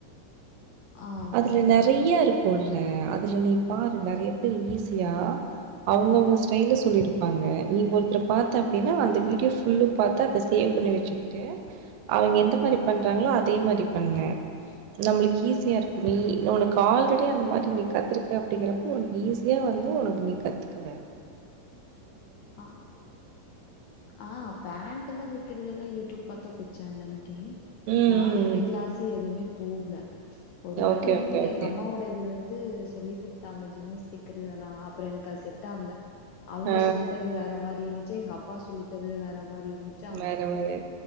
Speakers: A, on the left; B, on the right.
A: ஆ
B: அதுல
A: ஓகேக்கா
B: நெறய இருக்கு அதுல நீ பாரு நெறய பேர் ஈஸியா அவங்கவங்க
A: ம்
B: ஸ்டைல சொல்லிரு பாங்க நீ ஒருத்தர பாத்த அப்டின்னா அந்த வீடியோ ஃபுள்ளு பாத்த அத சேவ் பண்ணி வெச்சுக்கிட்டு அவங்க எந்த மாரி பண்றாங்களோ அதே மாரி பண்ணு நம்ளுக் இ ஸியா இருக்கு நீ ஒனக்கு ஆல்ரெடி அந்த மாரி நீ கத்துருக்க அப்டிங்கறப்போ ஒனக்கு ஈஸியா வந்து உனக்கு நீ கத்து குவ
A: அ ஆ பேண்ட் எல்லா தெக்கறதெல்லா யூ ட்யூப் பாத்த தெச்சா அந்தன்னைக்கு
B: ம்
A: நா
B: ம்
A: எந்த கிளாஸு எதுமே போகல ஒரு வாட்டி
B: ஓகே
A: எங்கேயு
B: ஓகே ஓகே
A: எங்க அம்மாவோட இதுல இந்து சொல்லி் குடுத்தாங்க ஜிம்மிஸ் தெக்கறதெல்லா அப்றோ எனக்கு அது செட் ஆகல அவங்க
B: ஆ
A: சொல்லி தரது வேற மாரி இருந்துச்சு எங்க அப்பா சொல்லி தரது வேற மாரி இருந்துச்சா
B: வேற மாரி